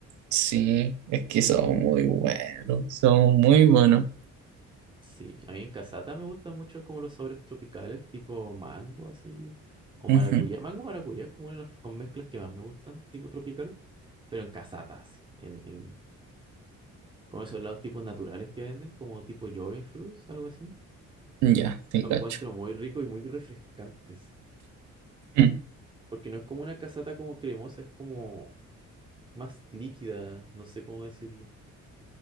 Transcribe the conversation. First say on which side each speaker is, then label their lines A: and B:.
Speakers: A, on the right; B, on the right.
A: Sí, es que son muy buenos, son muy buenos.
B: Sí, a mí en casata me gustan mucho como los sabores tropicales, tipo mango así, o
A: Ujú,
B: maracuyá. Mango maracuyá es como una de las como mezclas que más me gustan, tipo tropical, pero en casata así, en, en- como esos lados tipos naturales que venden, como tipo fruits, algo así.
A: Ya, te
B: Lo
A: cacho.
B: encuentro muy rico y muy refrescantes,
A: Mm.
B: porque no es como una casata como cremosa, es como más líquida, no sé cómo decirlo.